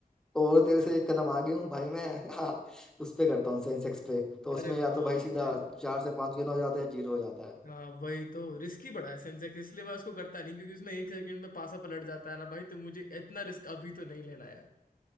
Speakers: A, in the centre; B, on the left (about 60°).
A: और तेरे से एक कदम आगे हूँ भाई मैं <laughs> हाँ, उस पे करता हूँ सेंसेक्स पे तो उसमें
B: अरे
A: या
B: बाप
A: तो भाई सीधा
B: रे
A: चार से पांच गुना हो जाता है जीरो हो जाता है
B: हाँ वही तो रिस्की बड़ा है सेंसेक्स इसलिए मैं उसको करता नहीं क्योंकि उसमें एक सेकंड में पासा पलट जाता है ना भाई तो मुझे इतना रिस्क अभी तो नहीं लेना यार